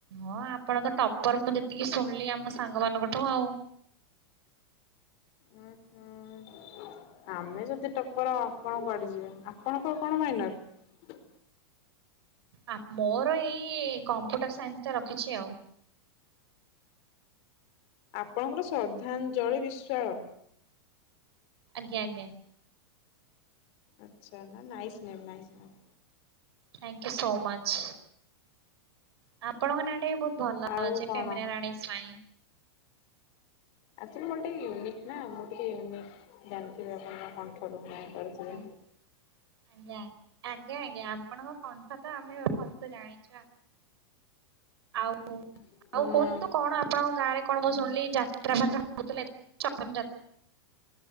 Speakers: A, on the right (about 75°); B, on the left (about 50°).
A: ହଁ ଆପଣ ତ ଟପର ମୁଁ ଯେତିକି ଶୁଣିଲି ଆମ ସାଙ୍ଗ ମାନଙ୍କଠୁ ଆଉ
B: ଉଁ ହୁଁ ଆମେ ଯଦି ଟପର ଆପଣ କୁଆଡେ ଯିବେ ଆପଣଙ୍କ କଣ ମାଇନର?
A: ଆ ମୋର ଏଇ କମ୍ପ୍ୟୁଟର ସାଇନ୍ସଟା ରଖିଛି ଆଉ।
B: ଆପଣଙ୍କର ଶ୍ରଦ୍ଧାଞ୍ଜଳି ବିଶ୍ଵାଳ
A: ଆଜ୍ଞା ଆଜ୍ଞା
B: ଆଚ୍ଛା ନା nice name nice name.
A: Thank you so much. ଆପଣଙ୍କ ନାଁ ଟା ବି ବହୁତ ଭଲ
B: ଆଉ
A: ଅଛି
B: କଣ
A: ପ୍ରେମିଣା ରାଣୀ ସ୍ଵାଇଁ।
B: ଆକ୍ଚୋଲି ମୋର ଟିକେ ୟୁନିକ୍ ନାଁ ମୁଁ ଟିକେ ୟୁନିକ୍ ଜାଣିଥିବେ ଆପଣ ମୋ କଣ୍ଠରୁ ଜାଣିପାରୁଥିବେ
A: ଆଜ୍ଞା ଆଜ୍ଞା ଆଜ୍ଞା ଆପଣଙ୍କ କଣ୍ଠ ତ ଆମେ ଭ ଜାଣିଛ ଆଉ
B: ହୁଁ।
A: ଆଉ କୁହନ୍ତୁ କଣ ଆପଣଙ୍କ ଗାଁ ରେ କଣ ମୁଁ ଶୁଣିଲି ଯାତ୍ରା ଫାତ୍ରା ହଉଥିଲେ ଚପନ <unintelligible>